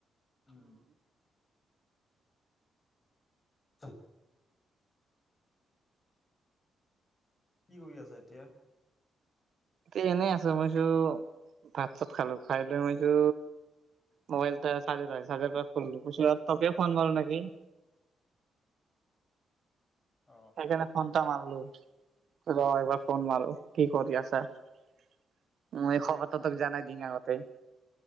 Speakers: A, on the left; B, on the right.
A: উম। <inaudible> কি কৰি আছা এতিয়া।
B: এ এনেই আছো মই ভাবিছো ভাত চাত খালো, খাই লৈ মইভাবিছো মোবাইলটা চাৰ্জত আছিল চাৰ্জৰ পৰা খুলিলো, <unintelligible> তোকে ফোন মাৰো নেকি। <inaudible>
A: অ
B: সেইকাৰণে ফোনটা মাৰলো ৰ এইবাৰ ফোন মাৰো কি কৰি আছা। উম, এই খবৰটো তোক জানাই দিং আগতে।